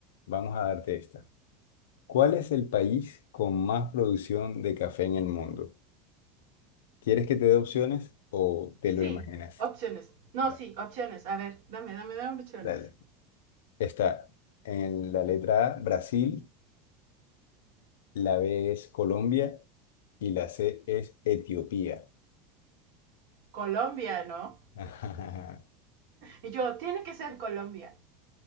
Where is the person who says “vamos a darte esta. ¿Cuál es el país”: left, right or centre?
Left